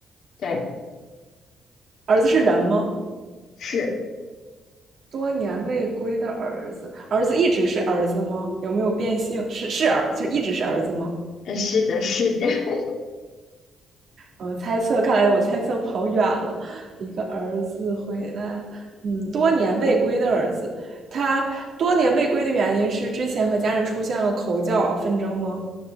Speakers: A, on the left; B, on the right.
A: 对，
B: 儿子是人吗？
A: 是，
B: 多年未归的儿子，儿子一直是儿子吗？有没有变性？是是儿，就一直是儿子吗？
A: 嗯，是的，是的，<laughs>
B: 呃，猜测，看来我猜测跑远了。一个儿子回来了，嗯，多年未归的儿子，他多年未归的原因是之前和家人出现了口角纷争吗？